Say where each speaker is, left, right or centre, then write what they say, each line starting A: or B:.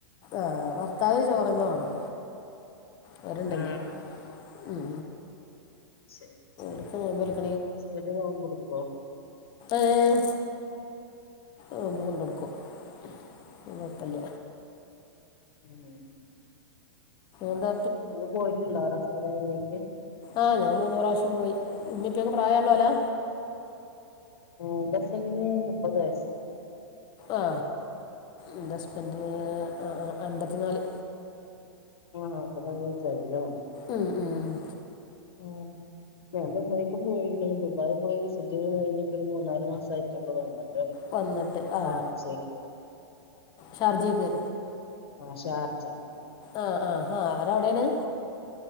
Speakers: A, on the left (about 35°); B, on the left (about 75°).
A: ആഹ് ഭർത്താവിന് ചോറന്നെ വാണം വരുണ്ടെങ്കി
B: ആ
A: ഉം
B: ശരി
A: <unintelligible>
B: ഹസ്ബന്റ് നോമ്പെട്ക്കോ
A: ഏഹ് ആവുമ്പം കൊണ്ടൊട്ക്കും <unintelligible> കൊഴപ്പല്ല
B: ഉം
A: എന്താ
B: ഇങ്ങള് പോയിട്ട്ണ്ടോ <unintelligible>
A: ആഹ് ഞാൻ മൂന്നു പ്രാവശ്യം പോയി ഇമ്മിം ഇപ്പിയൊക്കെ പ്രായള്ളോലാ
B: ഏഹ്‌ ഇന്റെ ഹസ്ബന്റ്ന് മുപ്പത്ത് വയസ്സ്
A: ആ എന്റെ ഹസബന്റിന് അമ്പത്തിനാല്
B: ആഹ <unintelligible>
A: ഉം ഉം ഉം
B: ഓ ഞാൻ ദുബായിക്ക് പോയിരുന്നു ദുബായി പോയി വി സിറ്റിങ്ങ്കഴിഞ്ഞപ്പോ ഒരു മൂന്നാല് മാസം ആട്ടുള്ളൂ വന്നിട്ട്
A: വന്നിട്ട് ആഹ
B: ഷാർജക്ക്
A: ഷാർജിക്ക്
B: ആഹ ഷാർജ
A: ആ ആ ആാ ആരവിടെയാണ്